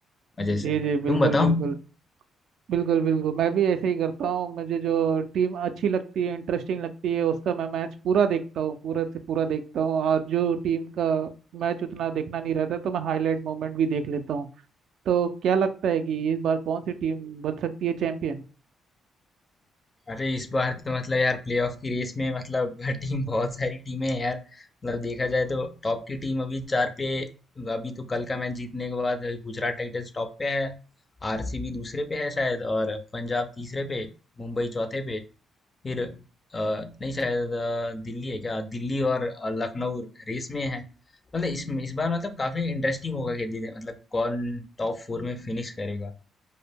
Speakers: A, on the left; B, on the right.
A: मजे से
B: जी जी बिल्कुल
A: तुम बताओ
B: बिल्कुल बिल्कुल बिल्कुल मैं भी ऐसे ही करता हूँ मुझे जो टीम अच्छी लगती है इंटरेस्टिंग लगती है उसका मैं मैच पूरा देखता हूँ पूरा से पूरा देखता हूँ और जो टीम का मैच उतना देखना नहीं रहता तो मैं हाईलाइट मोमेंट भी देख लेता हूँ तो क्या लगता है कि इस बार कौन सी टीम बन सकती है चैंपियन
A: अरे इस बार तो मतलब यार प्लेऑफ की रेस में मतलब <laughs> टीम बहुत सारी टीमें हैं यार मतलब देखा जाए तो टॉप की टीम अभी चार पे अभी तो कल का मैच जीतने के बाद गुजरात टाइटंस टॉप पे है आरसीबी दूसरे पे है शायद और पंजाब तीसरे पे मुंबई चौथे पे फिर अ, नहीं शायद अ, दिल्ली है क्या दिल्ली और अ, लखनऊ रेस में है मतलब इस इस बार मतलब काफी इंटरेस्टिंग होगा कि दिल्ली- मतलब कौन टॉप फोर में फिनिश करेगा